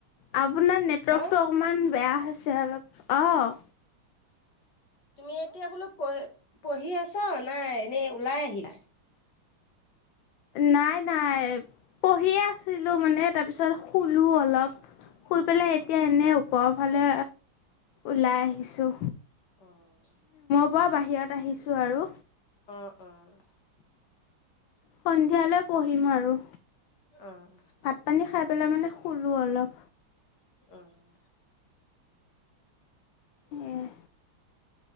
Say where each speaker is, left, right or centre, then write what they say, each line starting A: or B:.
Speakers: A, on the left; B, on the left.
A: আপোনাৰ নেটৱৰ্কটো
B: অ
A: অকণমান বেয়া হৈছে অলপ অঁ
B: তুমি এতিয়া বোলো পঢ়ি পঢ়ি আছা নে এনেই ওলাই আহিলা?
A: নাই নাই পঢ়িয়ে আছিলো মানে তাৰপিছত শুলো অলপ। শুই পেলাই এতিয়া
B: অ
A: এনেই ওপৰৰ ফালে ওলাই আহিছোঁ।
B: অঁ
A: পোৱা বাহিৰত আহিছোঁ আৰু।
B: অ' অ'
A: সন্ধিয়ালৈ পঢ়িম আৰু।
B: অঁ
A: ভাত পানী খাই মানে শুলোঁ অলপ
B: অঁ
A: এয়াই